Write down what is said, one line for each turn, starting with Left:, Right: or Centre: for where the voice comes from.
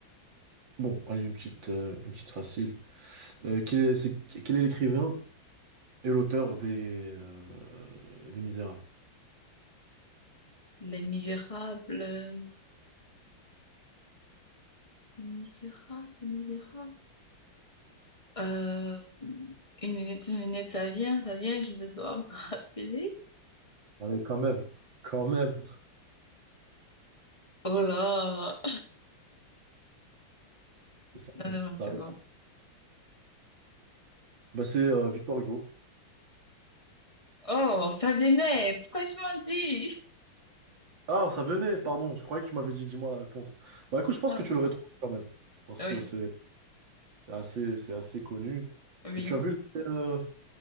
Right: Bon, allez, une petite, euh, une petite facile. Euh, quel est, c'est- quel est l'écrivain et l'auteur des, euh, des Misérables?
Left: Les Misérables. euh, Les Misérables, Les Misérables. Euh, une minute, une minute, ça vient, ça vient, je dois me rappeler.
Right: Allez, quand même. Quand même.
Left: Oh là!
Right: Ça,
Left: Non, non,
Right: ça-
Left: une seconde.
Right: Bah c'est euh, Victor Hugo.
Left: Oh, ça venait! Pourquoi tu m'as dit?
Right: Ah, ça venait, pardon, je croyais que tu m'avais dit, dis-moi la réponse. Bah écoute, je pense
Left: Ah,
Right: que tu l'aurais trouvé quand même, parce
Left: oui,
Right: que c'est c'est assez, c'est assez connu.
Left: oui.
Right: Et tu as vu, euh,